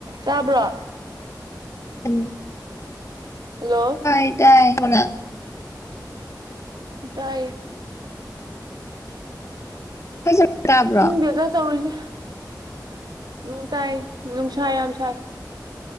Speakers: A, on the right; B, on the left.
A: ꯇꯥꯕ꯭ꯔꯣ
B: ꯎꯝ
A: ꯍꯜꯂꯣ
B: ꯏ ꯇꯥꯏ ꯍꯨꯅ
A: ꯇꯥꯏꯌꯦ
B: ꯐꯖꯅ ꯇꯥꯕ꯭ꯔꯣ
A: ꯈꯪꯗꯦꯗ ꯇꯧꯔꯤꯁꯦ ꯎꯝ ꯇꯥꯏ ꯅꯨꯡꯁꯥ ꯌꯥꯝ ꯁꯥꯏ